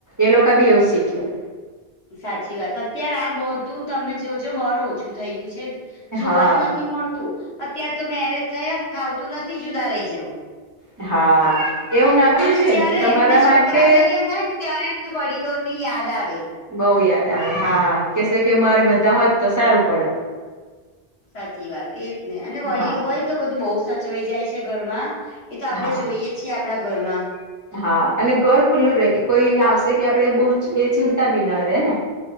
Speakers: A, on the right (about 25°); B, on the left (about 80°).
A: એ લોકા બી એવું શીખે.
B: સાચી વાત અત્યારે આ બધું તમે જોજો બહાર ઓછું થઈ ગયું છે. જોવા
A: હા
B: જ નથી મળતું અત્યાર તો મેરેજ થયા ફાવતું નથી જુદા રહી જાવ.
A: એ હા. એવું ના કરવું
B: પછી
A: જોઈએ
B: જ્યારે
A: ને કે તમારા
B: એમને છોકરા
A: માટે
B: થૈયા થાય ને ત્યારે એમને વડીલો ની યાદ આવે.
A: બઉુ યાદ આવે હા કેસે કે મારે બધા હોત તો સારું પડત.
B: સાચી વાત એજ ને અને વડીલ
A: હા
B: હોય તો બધું બહુ સચવાઈ જાય છે ઘરમાં એ તો આપડે
A: હા
B: જોઈએ છીએ આપડા ઘરમાં.
A: હા અને ઘર ખુલ્લું રે કે કોઈ આવશે કે આપડે બહુ એ ચિંતા બી ના રેહ ને.